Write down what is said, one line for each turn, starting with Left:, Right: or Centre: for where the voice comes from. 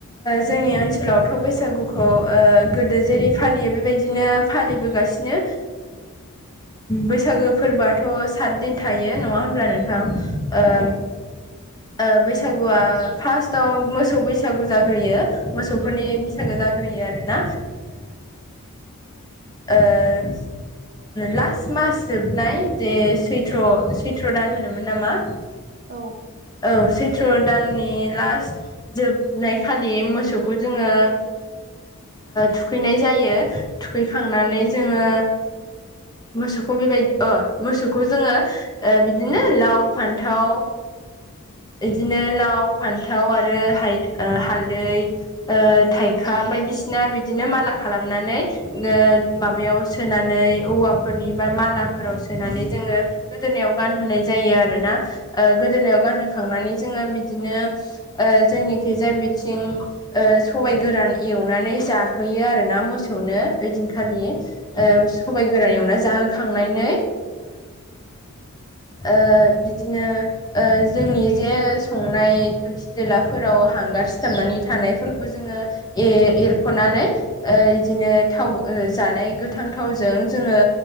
Right: औ
Left: जोंनि ओनसोलावथ' बैसागुखौ
Right: औ
Left: ओ गोदो जेरै फालियो बेबायदिनो फालिबोगासिनो बैसागो फोरबोआथ' सात दिन थायो नंङा होमब्ला नोंथां ओ-ओ
Right: औ
Left: बैसागुआ फार्स्टआव मोसौ बैसागु जाग्रोयो मोसौफोरनि बैसागो जाग्रोयो आरोना ओ लास्ट मास जोबनाय जे सैथ्र सैथ्र' दान होनोमोन नामा
Right: औ
Left: औ सैथ्र' दाननि लास्ट जोबनाय खालि मोसौखौ जोंङो थुखैनाय जायो थुखैखांनानै जोंङो मोसौखौ बेबायदि मोसौखौ जोंङो बिदिनो लाव फान्थाव इदिनो लाव, फान्थाव आरो हाय ओ हालदै ओ थाइ खा
Right: औ
Left: बायदिसिना बिदिनो माला खालामनानै माबायाव सोनानै औवाफोरनि बा मालाफोराव सोनानै जोङो गोदोनायाव गानहोनाय जायो आरो ना गोदोनायाव गानहोखांनानै जोंङो बिदिनो ओ जोंनि खैजा बिथिं सबायाइ गोरान एवनानै जाहोयो आरो ना मोसौनो ओइदिनखालि सबाइ गोरान एवना जाहोखांनानै ओ बिदिनो ओ जोंनि जे संनाय दोलसि दोलाफोराव हांगार सिथाबनानै थानायफोरखौ जोंङो ए एरख'नानै बिदिनो थाव जानाय गोथां थावजों जोंङो